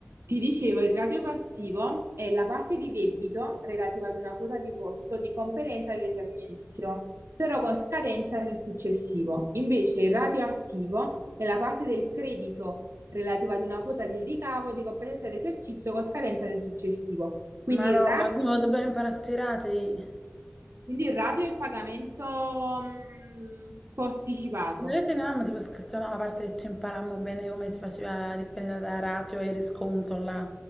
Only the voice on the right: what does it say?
Ti dicevo, il ratio passivo è la parte di debito relativa ad una quota di costo di competenza dell'esercizio, però con scadenza nel successivo. Invece il ratio attivo è la parte del credito relativa ad una quota di ricavo di competenza dell'esercizio con scadenza nel successivo. Quindi
il ratio,
quindi il ratio è il pagamento mh, posticipato.